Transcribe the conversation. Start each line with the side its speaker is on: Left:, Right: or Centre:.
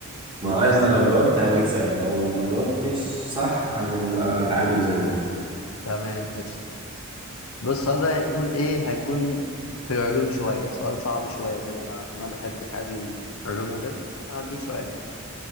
Right: مع
Left: بص
Right: ان لو
Left: بقى
Right: جاوبت هنكسب لو ما جاوبتش صح هنبقى تعادل زي ما احنا
Left: تمام قشطة بص السؤال ده هيكون إيه هيكون في العلوم شوية سؤال صعب شوية كده أنا أنا بحب حاجات العلوم وكده فهديك سؤال